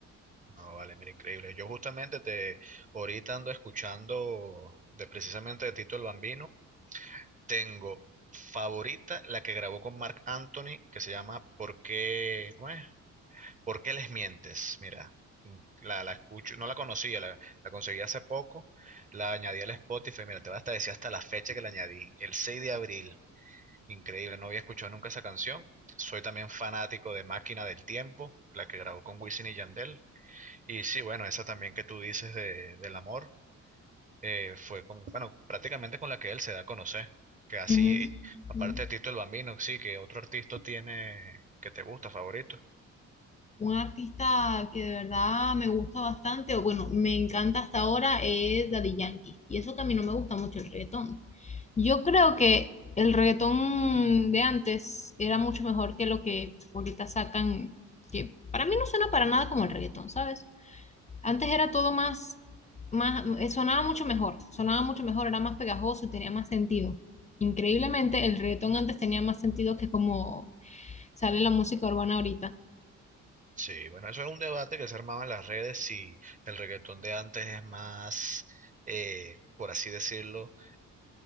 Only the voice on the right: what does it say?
No, vale, mira, increíble. Yo justamente te, ahorita ando escuchando de precisamente de Tito el Bambino. Tengo favorita la que grabó con Marc Anthony, que se llama ¿Por qué, cómo es? ¿Por qué les mientes? Mira, la, la escucho, no la conocía, la, la conseguí hace poco. La añadí al Spotify, mira, te vas hasta decir hasta la fecha que la añadí, el seis de abril Increíble, no había escuchado nunca esa canción. Soy también fanático de Máquina del Tiempo, la que grabó con Wisin y Yandel. Y sí, bueno, esa también que tú dices de, del amor, eh, fue con, bueno, prácticamente con la que él se da a conocer. Que así,
eh, aparte
de Tito el Bambino, sí, que otro artista tiene que te gusta, favorito.
Sí, bueno, eso es un debate que se armaba en las redes si el reggaetón de antes es más, eh, por así decirlo,